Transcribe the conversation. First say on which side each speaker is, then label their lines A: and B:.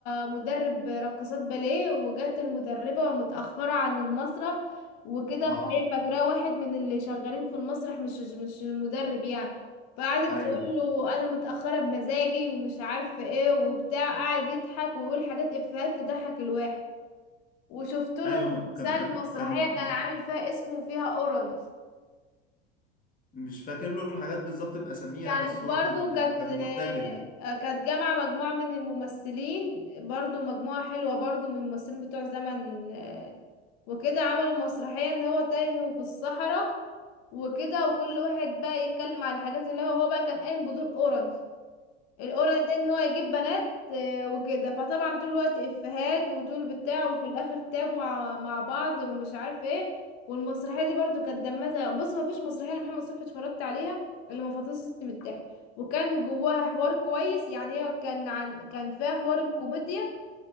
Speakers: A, on the left; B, on the left.
A: مدرب رقصات باليه وجت المدربه متاخره عن المسرح وكده
B: اه
A: فهي فاكراه واحد من اللي شغالين في المسرح مش مش المدرب يعني فقعدت
B: ايوه
A: تقول له انا متاخره بمزاجي ومش عارفه ايه وبتاع قعد يضحك ويقول حاجات افيهات تضحك الواحد وشفت له
B: ايوه
A: مسلسل
B: م- كان كان
A: مسرحية
B: كان
A: كان
B: مر...
A: عامل فيها اسمه فيها أورني
B: مش فاكر له الحاجات بالظبط بأساميها
A: كانت
B: بس هو
A: برضو
B: كان
A: كانت
B: كان مرتجل
A: آه، كانت جامعة مجموعة من الممثلين برضو مجموعة حلوة برضو من الممثلين بتوع زمن آه، وكده عملوا مسرحية ان هو تايه وفي الصحراء وكده وكل واحد بقى يتكلم على الحاجات اللي هو هو بقى كان قايم بدور أورني القرعة ده ان هو يجيب بنات آه، وكده فطبعا طول الوقت افيهات وطول بتاع وفي الاخر تابوا ع- مع بعض ومش عارف ايه والمسرحيه دي برضو كانت دمها زي بص ما فيش مسرحيه لمحمد صبحي اتفرجت عليها اللي ما فطستني من الضحك وكان جواها حوار كويس يعني هي كان عن كان فيها حوار الكوميديا